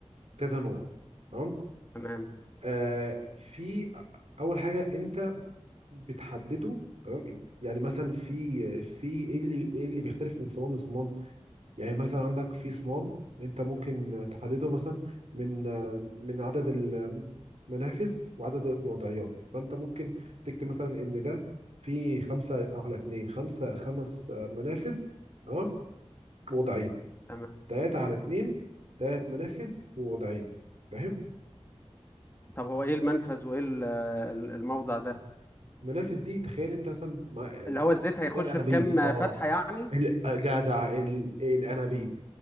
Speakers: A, on the right; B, on the left.
A: كذا نوع تمام
B: تمام
A: آه في اول حاجه انت بتحدده تمام يعني مثلا في في ايه اللي ايه اللي بيختلف من صمام لصمام يعني مثلا عندك في صمام انت ممكن تحدده مثلا من من عدد المنافذ وعدد الوضعيات فانت ممكن تكتب مثلا ان ده في خمسة على اتنين خمسة خمس منافذ تمام وضعين
B: تمام
A: تلاتة على اتنين تلات منافذ ووضعين فاهم
B: طب هو ايه المنفذ وايه ال- ال- الموضع ده
A: المنافذ دي تخيل انت مثلا مع ده,
B: اللي هو الزيت
A: ده
B: هيخش
A: الانابيب
B: في كام
A: اه
B: فتحة يعني
A: الجدع الانابيب